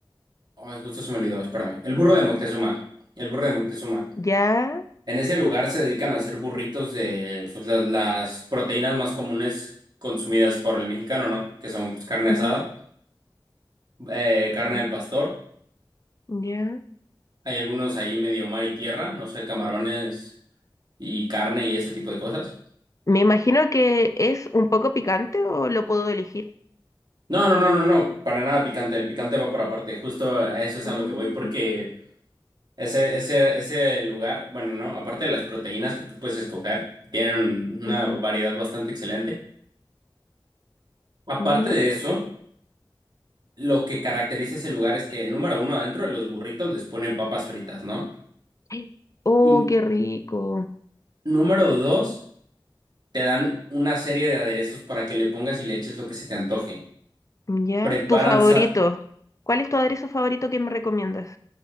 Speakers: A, on the right; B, on the left.
A: Ay, justo se me olvidó, espérame. El Burro de Moctezuma. El Burro de Moctezuma.
B: Ya.
A: En ese lugar se dedican a hacer burritos de pues, las, las proteínas más comunes consumidas por el mexicano, ¿no? Que son pues, carne asada,
B: ujú,
A: eh, carne
B: mm,
A: al pastor
B: Ya.
A: Hay algunos ahí medio mar y tierra, no sé, camarones y carne y ese tipo de cosas.
B: Me imagino que es un poco picante o lo puedo elegir.
A: No, no, no, no, no, para nada picante, el picante va por aparte, justo a eso es
B: Mm,
A: a lo que voy porque ese, ese, ese lugar, bueno, no, aparte de las proteínas que tú puedes escoger, tienen una
B: ujú,
A: variedad bastante excelente. Aparte
B: ujú.
A: de eso, lo que caracteriza ese lugar es que, número uno, adentro de los burritos les ponen papas fritas, ¿no?
B: Ay, Oh,
A: Y
B: qué rico.
A: número dos, te dan una serie de aderezos para que le pongas y le eches lo que se te antoje.
B: Ya.
A: Preparan,
B: Tu favorito.
A: sa-
B: ¿Cuál es tu aderezo favorito que me recomiendas?